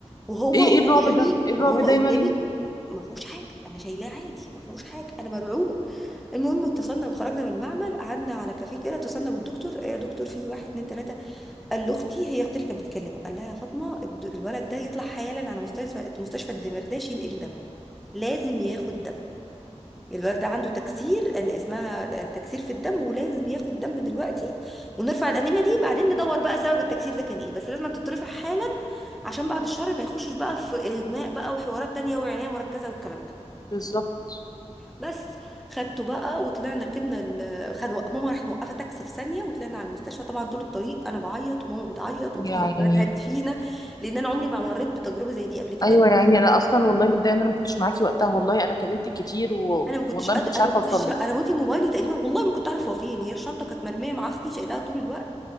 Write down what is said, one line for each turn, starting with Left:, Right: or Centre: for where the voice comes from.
Centre: وهو
Left: ايه ايه
Centre: قدامي
Left: الرعب ده ايه
Centre: وهو
Left: الرعب ده
Centre: قدامي
Left: يا مريم
Centre: ما فيهوش حاجه انا شايلاه عادي ما فيهوش حاجه انا مرعوبه المهم اتصلنا وخرجنا من المعمل قعدنا على كافيه كده اتصلنا بالدكتور "إيه يا دكتور في واحد اتنين تلاته قال لاختي هي اختي اللي كانت بتكلمه قال لها يا فاطمه الد- الولد ده يطلع حالا على مستشفى مستشفى الدمرداش ينقل دم لازم ياخد دم الولد ده عنده تكسير انا اسمها تكسير في الدم ولازم ياخد دم دلوقتي ونرفع الانيميا دي بعدين ندور بقى سبب التكسير ده كان ايه بس لازم تترفع حالا عشان بعد الشر ما يخشش بقى في اغماء بقى وحوارات تانية وعناية مركزة والكلام ده
Left: بالظبط
Centre: بس خدته بقى وطلعنا ركبنا ال... خد... ماما راحت موقفه تاكسي في ثانيه وطلعنا على المستشفى طبعا طول الطريق انا بعيط وماما بتعيط
Left: يعني
Centre: واختي عماله تهدي فينا لان انا عمري ما مريت بتجربه زي دي قبل كده
Left: ايوه يا عيني انا اصلا والله متضايقه ان انا ما كنتش معاكي وقتها والله انا كلمتك كتير و...
Centre: انا ما كنتش
Left: والله
Centre: قد
Left: ما كنتش
Centre: انا
Left: عارفه
Centre: ما كنتش
Left: اوصل لك
Centre: انا بودي موبايلي تقريبا والله ما كنت اعرف هو فين هي الشنطه كانت مرميه مع اختي شايلاها طول الوقت